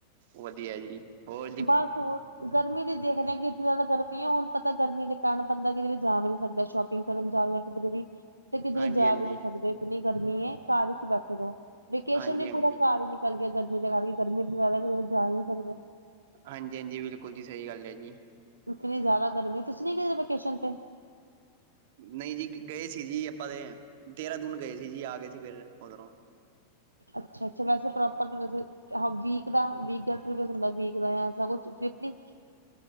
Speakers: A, on the right; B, on the right.
A: ਵਧੀਆ ਜੀ। ਹੋਰ ਜੀ
B: ਬਸ ਉਹ ਗਰਮੀ ਦੇਖਦੇ, ਹਾਂ ਕਿ ਇੱਕ ਜ਼ਿਆਦਾ ਗਰਮੀ ਹੈ, ਹੁਣ ਪਤਾ ਗਰਮੀ ਦੇ ਕਾਰਨ ਬੰਦਾ ਕਿਤੇ ਜਾ ਵੀ ਨ੍ਹੀਂ ਸਕਦਾ ਸ਼ੋਪ ਕਰਨ ਜਾ ਕਿਧ ਤੇ ਕਿਧਰੇ
A: ਹਾਂਜੀ-ਹਾਂਜੀ
B: ਜਾ ਵੀ ਨੀਂ ਸਕਦੇ ਕਿੰਨੀ ਗਰਮੀ ਏ, ਘਰ ਵਿਚ ਬੈਠੇ ਰੋ ਵੇਕੇਸ਼ਨ
A: ਹਾਂਜੀ-ਹਾਂਜੀ
B: ਵੀ ਪੂਰਾ ਘਰ ਹੀ ਨਿਕਲ ਗਿਆ, ਗਰਮੀ ਦੇ ਕਰਕੇ ਗਰਮੀ ਜ਼ਿਆਦਾ ਜਾ ਹੀ ਨਹੀਂ ਸਕਦੇ।
A: ਹਾਂਜੀ-ਹਾਂਜੀ ਬਿਲਕੁਲ ਜੀ, ਸਹੀ ਗੱਲ ਹੈ ਜੀ।
B: ਇਤਨੀ ਜ਼ਿਆਦਾ ਗਰਮੀ ਤੁਸੀਂ ਨੀ ਕਿਧ ਵੈਕੇਸ਼ਨ ਤੇੇ
A: ਨਈਂ ਜੀ, ਗਏ ਸੀ ਜੀ ਆਪਾਂ ਤੇ, ਦੇਰਾਾਂ ਦੂਨ ਗਏ ਸੀ ਜੀ, ਆ ਗਏ ਸੀ ਫਿਰ ਉਧਰੋਂ
B: ਅੱਛਾ-ਅੱਛਾ ਵੈਸੇਪਰ ਵੈਸੇ ਆ ਵੀਕ ਦਾ ਵੀਕ ਦਾ ਹੁੰਦਾ ਵੀਕ ਦਾ ਕੁਛ <unintelligible>